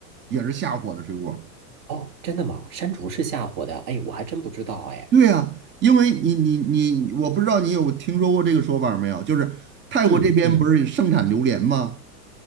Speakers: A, on the right (about 25°); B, on the right (about 50°).
A: 也是下火的水果儿
B: 哦，真的吗？山竹是下火的？哎，我还真不知道，哎，
A: 对啊，因为你你你，我不知道你有听说过这个说法儿没有，就是泰国这边不是盛产榴莲吗？
B: 嗯嗯